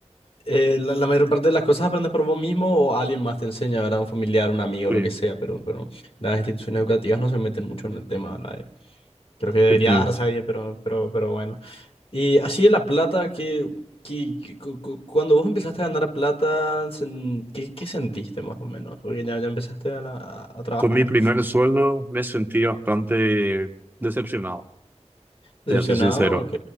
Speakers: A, on the left; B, on the right.
A: eh, la, la mayor parte de las cosas aprendes por vos mismo o alguien más te enseña, ¿verdad? Un familiar, un amigo,
B: Sí.
A: lo que sea, pero, pero las instituciones educativas no se meten mucho en el tema, ¿verdad? Eh, Creo que debería
B: Ujú.
A: darse ahí, pero, pero, pero bueno. Y así de la plata, que, que, que- cu- cu- cuando vos empezaste a ganar plata, sen- ¿qué, qué sentiste más o menos? Porque ya, ya empezaste a, la- a- a trabajar.
B: Con mi primer sueldo me sentí bastante decepcionado,
A: ¿Decepcionado?
B: te soy sincero,
A: Ok.